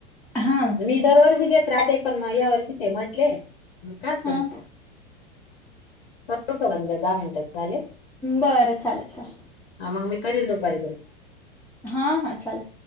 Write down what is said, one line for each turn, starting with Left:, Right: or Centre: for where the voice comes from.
Centre: हां.
Left: मी दरवर्षी घेत राहते पण मग या वर्षी ते म्हटले मग काच-
Centre: हा
Left: करू का बंद दहा मिनटच झाले.
Centre: बरं चालेल चालेल.
Left: हा मग मी करील दुपारी -
Centre: हां, हां, चालेल.